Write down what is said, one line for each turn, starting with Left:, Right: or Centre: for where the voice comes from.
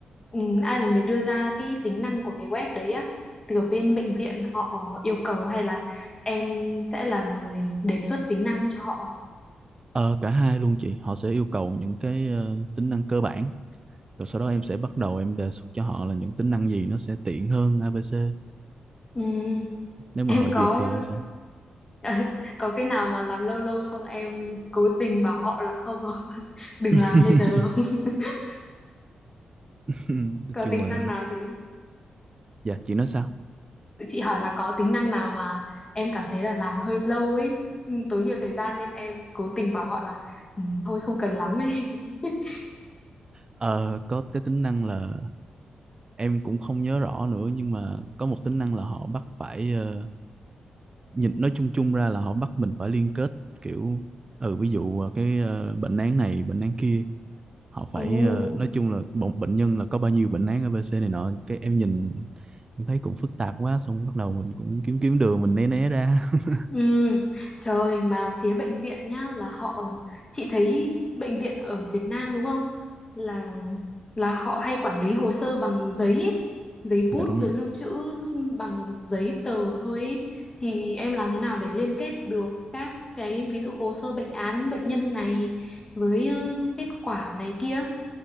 Left: ừ, ai là người đưa ra cái tính năng của cái web đấy á? Từ bên bệnh viện họ yêu cầu hay là em sẽ là người đề xuất tính năng cho họ?
Right: ờ, cả hai luôn chị họ sẽ yêu cầu những cái ờ, tính năng cơ bản rồi sau đó em sẽ bắt đầu em đề xuất cho họ là những tính năng gì nó sẽ tiện hơn ABC
Left: Ừ.
Right: nếu mà
Left: Em
Right: họ
Left: có
Right: duyệt thì em sẽ
Left: <laughs> có cái nào mà làm lâu lâu xong em cố tình bảo họ là không không? <laughs> Đừng
Right: <laughs>
Left: làm bây giờ không? <laughs>
Right: nói
Left: Có
Right: chung
Left: tính
Right: là
Left: năng nào thế?
Right: dạ chị nói sao
Left: Chị hỏi là có tính năng nào mà em cảm thấy là làm hơi lâu ấy, ừ, tốn nhiều thời gian nên em cố tình bảo họ là ừ, thôi không cần lắm ấy. <laughs>
Right: ờ, có cái tính năng là em cũng không nhớ rõ nữa nhưng mà có một tính năng là họ bắt phải ờ, nhìn nói chung chung ra là họ bắt mình phải liên kết kiểu ừ ví dụ ờ, cái ờ, bệnh án này bệnh án kia họ
Left: Ừ.
Right: phải ờ, nói chung là một bệnh nhân là có bao nhiêu bệnh án ABC này nọ cái em nhìn em thấy cũng phức tạp quá xong bắt đầu mình cũng kiếm kiếm đường mình né né ra <laughs>
Left: Ừ, trời mà phía bệnh viện nhá là họ chị thấy bệnh viện ở Việt Nam đúng không? Là là họ hay quản lý hồ sơ bằng giấy ấy, giấy
Right: dạ
Left: bút
Right: đúng
Left: rồi
Right: rồi
Left: lưu trữ bằng giấy tờ thôi ấy. Thì em làm thế nào để liên kết được các cái ví dụ hồ sơ bệnh án bệnh nhân này với ờ, kết quả này kia.